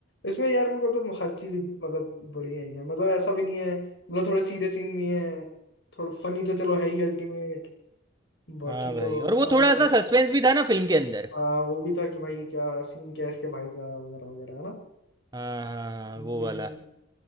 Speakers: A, on the left (about 65°); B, on the right (about 20°).
A: इसमें यार मेरे को तो हर चीज मतलब बढ़िया ही है मतलब ऐसा भी नहीं है मतलब थोड़े सीरियस सीन भी है थोड़ा फनी तो चलो है ही अल्टीमेट बाकी
B: हाँ भाई
A: तो
B: और वो
A: हाँ
B: थोड़ा सा सस्पेंस भी था ना फिल्म के अंदर
A: हाँ वो भी था कि भाई ये क्या सीन क्या है इसके भाई का वगैरह वगैरह है ना
B: हाँ हाँ हाँ
A: हम्म,
B: वो वाला